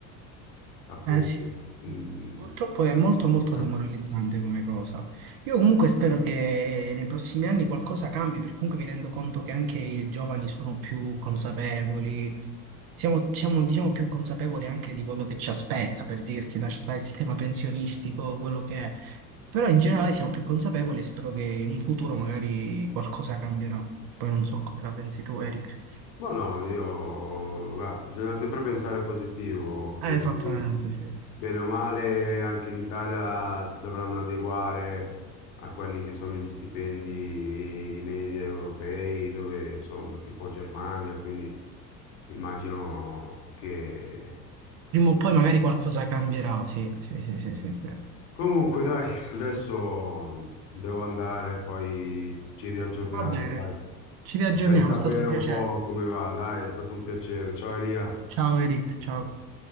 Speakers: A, on the left (about 70°); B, on the right (about 45°).
A: appunto.
B: Eh sì,
A: Mm,
B: purtroppo è molto
A: vengo
B: molto
A: a far-
B: demoralizzante come cosa. Io comunque spero che nei prossimi anni qualcosa cambi, perché comunque mi rendo conto che anche i giovani sono più consapevoli, siamo, siamo, diciamo più consapevoli anche di quello che ci aspetta, per dirti, lascia il sistema pensionistico, quello che è. Però in generale siamo più consapevoli e spero che in un futuro magari qualcosa cambierà. Poi non so come la pensi tu, Eric.
A: Ma no, io, guarda, bisogna sempre pensare positivo, quindi
B: Eh, esattamente, sì.
A: bene o male anche in Italia si dovranno adeguare a quelli che sono gli stipendi di media europei, dove insomma, tipo Germania, quindi immagino che
B: Prima o poi magari qualcosa cambierà, sì, sì, sì, sì, sì. sì.
A: Comunque, dai, adesso devo andare, poi ci riaggiorniamo,
B: Va bene,
A: dai.
B: ci riaggiorniamo,
A: Mi fai sapere
B: è stato un piacere.
A: un po' come va, dai, è stato un piacere. Ciao Elia.
B: Ciao Eric,
A: Ciao,
B: ciao.
A: ciao.